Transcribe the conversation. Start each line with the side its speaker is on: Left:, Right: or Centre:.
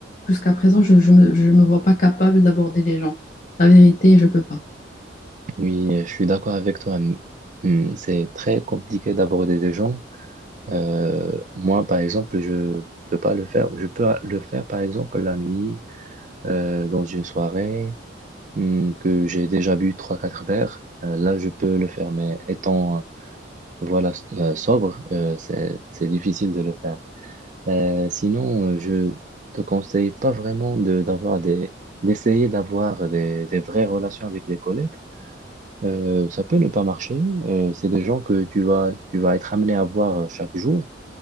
Left: jusqu'à présent, je ne me, je me vois pas capable d'aborder les gens. La vérité, je peux pas.
Right: Oui, euh, je suis d'accord avec toi. Hum, hum, C'est très compliqué d'aborder des gens. Euh, moi, par exemple, je peux pas le faire. Je peux le faire, par exemple, la nuit, euh, dans une soirée. hmm, que j'ai déjà bu trois quatre verres, euh, là, je peux le faire. Mais étant, euh, voilà, euh, sobre, euh, c'est, c'est difficile de le faire. Euh, sinon, euh, je te conseille pas vraiment de, d'avoir des, d'essayer d'avoir des, des vraies relations avec les collègues. Euh, ça peut ne pas marcher. Euh, c'est des gens que tu vas, tu vas être amené à voir euh, chaque jour.